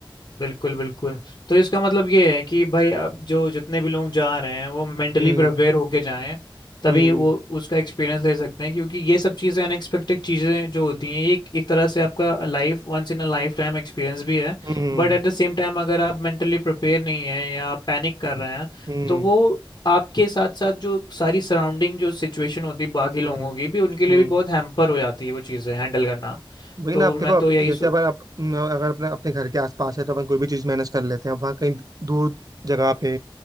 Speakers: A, on the left; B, on the right.
A: बिल्कुल बिल्कुल तो इसका मतलब ये है कि भाई अब जो जितने भी लोग जा रहे हैं वो मेंटली
B: हम्म
A: प्रिपेयर होके जाएं तभी
B: हम्म
A: वो उसका एक्सपीरियंस ले सकते हैं क्योंकि ये सब चीज़ें अनएक्सपेक्टेड चीज़ें जो होती हैं ये एक, एक तरह से आपका life once in a lifetime experience भी है
B: हम्म
A: But at the same time अगर आप मेंटली प्रिपेयर नहीं है या आप पैनिक कर रहे हैं
B: हम्म
A: तो वो आपके साथ साथ जो सारी सराउंडिंग जो सिचुएशन होती है बाकी लोगों
B: हम्म
A: की भी उनके लिए
B: हम्म।
A: भी बहुत हैम्पर हो जाती है वो चीज़ें हैंडल
B: अब
A: करना
B: वही
A: तो
B: ना आप देखो
A: मैं
B: आप,
A: तो यही
B: जैसे
A: सो-
B: अपन आप न, अगर अपने अपने घर के आसपास है तो अपन कोई भी चीज़ मैनेज कर लेते हैं अब वहाँ कहीं दूर जगह पे